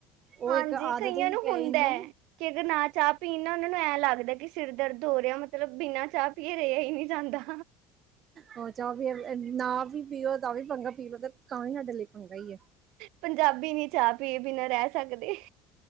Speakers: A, on the right; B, on the right.
A: ਓ
B: ਹਾਂਜੀ
A: ਇੱਕ ਆਦਤ
B: ਕਈਆਂ
A: ਵੀ
B: ਨੂੰ
A: ਪੈ
B: ਹੁੰਦਾ
A: ਯਾਂਦੀ
B: ਹੈ ਕਿ ਅਗਰ ਨਾ ਚਾਹ ਪੀਣ ਨਾ ਉਨਾਂ ਨੂੰ ਐਂ ਲੱਗਦਾ ਕਿ ਸਿਰ ਦਰਦ ਹੋ ਰਿਹਾ ਮਤਲਬ ਬਿਨਾਂ ਚਾਹ ਪੀਏ ਰੇਆ ਈ ਨੀ ਜਾਂਦਾ।
A: ਹੋਰ ਚਾਹ ਨਾ ਵੀ ਪੀਓ ਤਾਂ ਵੀ ਪੰਗਾ, ਪੀ ਲੋ ਤਾ ਹੀ ਹਾਡੇ ਲੀ ਪੰਗਾ ਈ ਐ।
B: ਪੰਜਾਬੀ ਨੀ ਚਾਹ ਪੀਏ ਬਿਨਾਂ ਰਹਿ ਸਕਦੇ।